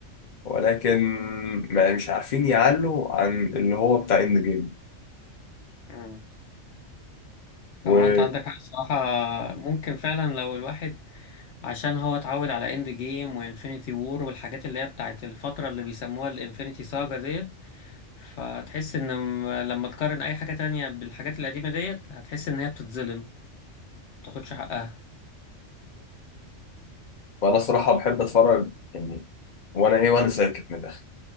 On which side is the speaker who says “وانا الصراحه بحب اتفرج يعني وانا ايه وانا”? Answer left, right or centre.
Left